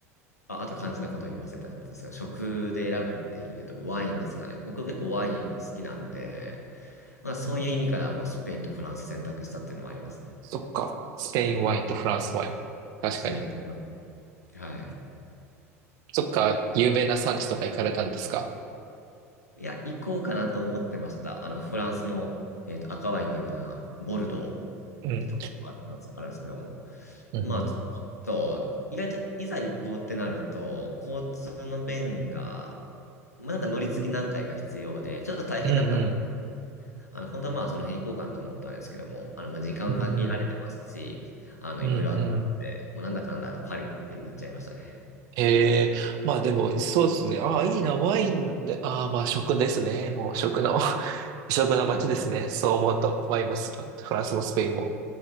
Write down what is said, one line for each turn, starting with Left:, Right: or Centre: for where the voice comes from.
Left: あ、あと肝心なこと言わせたやつですが、食で選ぶっていうと、ワインですかね。僕結構ワイン好きなので、まあ、そういう意味からもうスペインとフランス選択したっていうのもありますね。
Right: そっか。スペインワインとフランスワイン。確かに。
Left: すいませんはい。
Right: そっか。有名な産地とか行かれたんですか
Left: いや、行こうかなと思ってました。あの、フランスの、えっと、赤ワインで有名なボルドーっ
Right: うん。
Left: てとこがあったんです、あるんですけども。
Right: うんうん。
Left: まあ、ちょっと、意外といざ行こうってなると、交通の便が、まあ、なんか乗り継ぎ何回か必要で、ちょっと大変だったんで、
Right: うんうん。
Left: あの、本当はまあ、その辺行こうかなと思ったんですけども、あの、まあ、時間限られてますし、
Right: うんうん
Left: あの、
Right: うんうん。
Left: いろいろあったんで、もうなんだかんだパリに行っちゃいましたね。
Right: ええ、まあでも、そうですね。ああ、いいな、ワインで、ああ、まあ食ですね。もう食の、<laughs> 食の街ですね。
Left: <laughs>
Right: そう思うと、ワインもスフランスもスペインも。